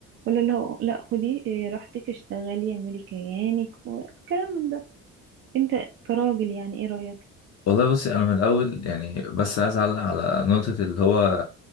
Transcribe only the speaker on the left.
والله بصي انا من الاول يعني بس عايز اعلق على نقطه اللي هو